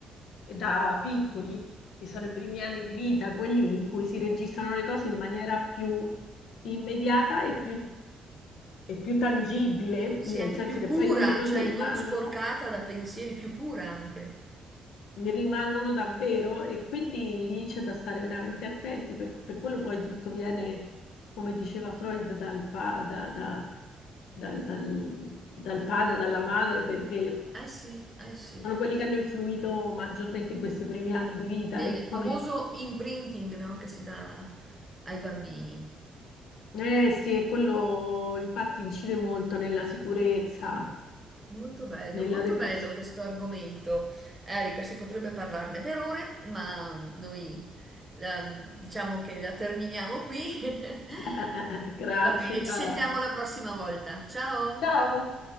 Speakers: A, on the left (about 80°); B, on the right (about 20°).
A: da piccoli, che sono i primi anni di vita, quelli in cui si registrano le cose in maniera più immediata e più, e più tangibile,
B: Sì,
A: nel
B: anche
A: senso
B: più
A: che
B: pura,
A: poi lì le cose
B: cioè
A: rimangono
B: non sporcata da pensieri, più pura anche.
A: ne rimangono davvero e quindi lì c'è da stare veramente attenti, per, per quello poi tutto viene, come diceva Freud, dal, pa- da- da- dal- dal- dal padre, dalla madre, perché
B: Eh sì, eh sì.
A: sono quelli che hanno influito maggiormente in questi primi anni di vita
B: Nel
A: e come...
B: famoso imprinting, no, che si dà ai bambini.
A: Eh sì, e quello infatti incide molto nella sicurezza,
B: Molto bello,
A: nella
B: molto
A: depressione.
B: bello questo argomento. Erika, si potrebbe parlarne per ore, ma noi la- diciamo che la terminiamo qui. <laughs>
A: <laughs> Grazie,
B: Va bene,
A: cara.
B: ci sentiamo la prossima volta. Ciao!
A: Ciao.